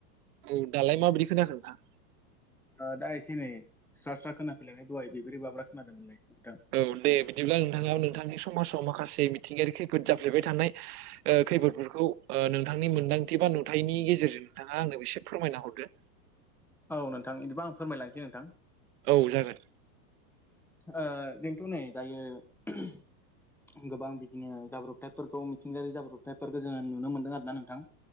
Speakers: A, on the right (about 65°); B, in the centre.
A: औ दालाय माबायदि खोनाखो नोंथां?
B: ओ, दा एसे नै स्रा स्रा खोनाफैलायबाय दहाय बेब्रे बाब्रा खोनादोंमोनलाय। नोंथां।
A: औ दे बिदिब्ला नोंथाङा नोंथांनि समाजाव माखासे मिथिंगायारि खैफोद जाफ्लेबाय थानाय ओ खैफोदफोरखौ नोंथांनि मोनदांथि बा नुथाइनि गेजेरजों नोंथाङा आंनो बेसे फोरमायना हरदो।
B: औ नोंथां बिदिबा आं फोरमायलांसै नोंथां
A: औ जागोन।
B: ओ जोंथ' नै दायो <unintelligible> गोबां बिदिनो जाब्रबथायफोरखौ मिथिंगायारि जाब्रबथायफोरखौ जोङो नुनो मोन्दों आरो ना नोंथां